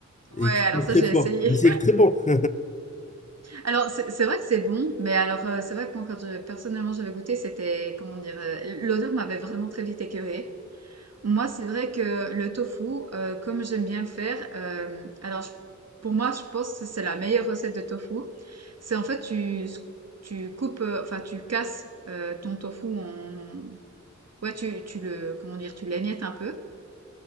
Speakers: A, on the left; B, on the right.
A: et
B: Ouais,
A: qui
B: alors
A: est
B: ça,
A: très
B: j'ai
A: fort.
B: essayé.
A: Mais c'est très bon. <laughs>
B: <laughs> Alors, c'est c'est vrai que c'est bon, mais alors, euh, c'est vrai que moi, quand je- personnellement, j'avais goûté, c'était, comment dire, euh, l'odeur m'avait vraiment très vite écœurée. Moi, c'est vrai que le tofu, euh, comme j'aime bien le faire, euh, alors, je- pour moi, je pense que c'est la meilleure recette de tofu. C'est en fait, tu, tu coupes, euh, enfin, tu casses euh, ton tofu en, Ouais, tu, tu le, comment dire, tu l'émiettes un peu.